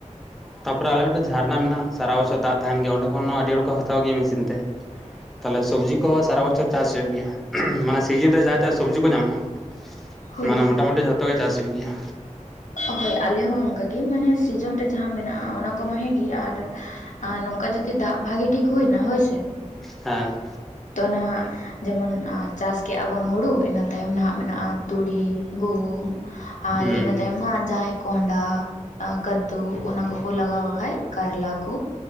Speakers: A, in the centre; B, on the left (about 75°).
A: ᱛᱟᱯᱚᱨᱮ ᱟᱞᱮ ᱢᱤᱫᱴᱮᱱ ᱡᱷᱟᱨᱱᱟ ᱢᱮᱱᱟᱜᱼᱟ ᱥᱟᱨᱟ ᱵᱚᱪᱷᱚᱨ ᱫᱟᱜ ᱛᱟᱦᱮᱱ ᱜᱮᱭᱟ ᱚᱸᱰᱮ ᱠᱷᱚᱱ ᱦᱚᱸ ᱟᱹᱰᱤ ᱦᱚᱲ ᱠᱚ ᱦᱟᱛᱟᱣ ᱜᱮᱭᱟ ᱢᱮᱥᱤᱱ ᱛᱮ ᱛᱟᱦᱞᱮ ᱥᱚᱵᱽᱡᱤ ᱠᱚ ᱥᱟᱨᱟ ᱵᱚᱪᱷᱚᱨ ᱪᱟᱥ ᱦᱩᱭᱩᱜ ᱜᱮᱭᱟ ᱢᱟᱱᱮ ᱥᱤᱡᱤᱱ ᱨᱮ ᱡᱟᱦᱟᱸ ᱛᱤᱱ ᱥᱚᱵᱽᱡᱤ ᱠᱚ ᱧᱟᱢᱚᱜᱼᱟ᱾
B: ᱦᱳᱭ
A: ᱢᱟᱱᱮ ᱢᱚᱴᱟᱢᱩᱴᱤ ᱡᱷᱚᱛᱚ ᱜᱮ ᱪᱟᱥ ᱦᱩᱭᱩᱜ ᱜᱮᱭᱟ᱾
B: ᱦᱳᱭ ᱟᱞᱮ ᱦᱚᱸ ᱚᱱᱠᱟᱜᱮ ᱢᱟᱱᱮ ᱥᱤᱡᱚᱱ ᱨᱮ ᱡᱟᱦᱟᱸ ᱢᱮᱱᱟᱜᱼᱟ ᱚᱱᱟ ᱠᱚᱢᱟ ᱦᱮᱸᱜ ᱜᱮ ᱟᱨ ᱟᱨ ᱱᱚᱝᱠᱟ ᱡᱩᱫᱤ ᱫᱟᱜ ᱵᱷᱟᱜᱤ ᱴᱷᱤᱠ ᱦᱩᱭᱱᱟ ᱦᱳᱭᱥᱮ
A: ᱦᱮᱸ
B: ᱛᱚ ᱱᱟᱦᱟᱜ ᱡᱮᱢᱚᱱ ᱪᱟᱥ ᱠᱮᱜᱼᱟ ᱵᱚᱱ ᱦᱩᱲᱩ ᱤᱱᱟᱹ ᱛᱟᱭᱚᱢ ᱱᱟᱦᱟᱜ ᱢᱮᱱᱟᱜᱼᱟ ᱛᱩᱲᱤ ᱜᱩᱦᱩᱢ ᱟᱨ
A: ᱦᱩᱸ
B: ᱤᱱᱟᱹ ᱛᱟᱭᱚᱢ ᱡᱟᱦᱟᱸᱭ ᱠᱚᱸᱰᱟ ᱠᱟᱫᱽᱫᱩ ᱚᱱᱟ ᱠᱚᱠᱚ ᱞᱟᱜᱟᱣᱠᱟᱱᱡ ᱠᱟᱨᱞᱟ ᱠᱚ